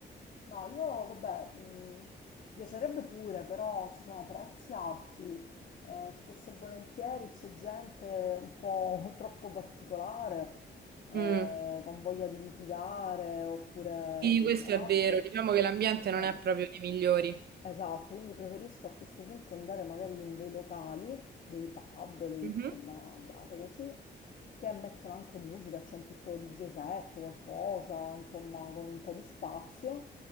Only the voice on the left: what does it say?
No, io vabbè, mh, mi piacerebbe pure, però ci sono prezzi alti, eh, spesso e volentieri c'è gente un po' <laughs> troppo particolare, eh,
con voglia di litigare oppure
mh,
altro.
Eh,
Esatto, quindi preferisco a questo punto andare magari in dei locali, dei pub, dei,
insomma, bar così, che mettono anche musica, c'è un piccolo DJ set, qualcosa, insomma, con un po' di spazio